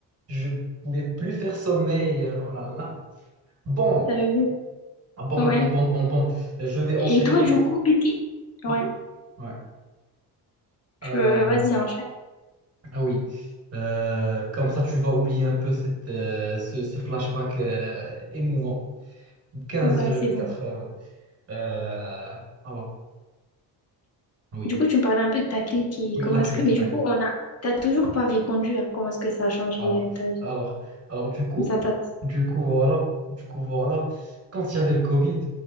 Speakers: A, on the right (about 40°); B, on the left (about 40°).
A: Je pouvais plus faire sommeil. Oh là là. Bon,
B: T'as vu?
A: Ah, bon,
B: Ouais.
A: bon, bon, bon, bon. Je vais
B: Et
A: enchaîner.
B: toi,
A: par-
B: du coup, qu'est-ce qui. Ouais,
A: Oui. Ouais.
B: tu...
A: Euh,
B: vas-y, enchaîne.
A: ah oui. Euh, comme ça, tu vas oublier un peu cette, euh, ce, ce flashback euh, émouvant. 15,80.
B: Ouais, c'est bon.
A: Euh, alors, Oui,
B: Du coup, tu me parlais un peu de ta clique et
A: oui,
B: comment
A: la
B: est-ce
A: clique,
B: que... Mais du
A: la
B: coup,
A: clique.
B: on a... t'as toujours pas répondu à comment est-ce que ça a changé
A: Alors,
B: euh, ta vie.
A: alors, alors du coup,
B: Ça t'a...
A: du coup, voilà, du coup, voilà, quand il y avait le Covid,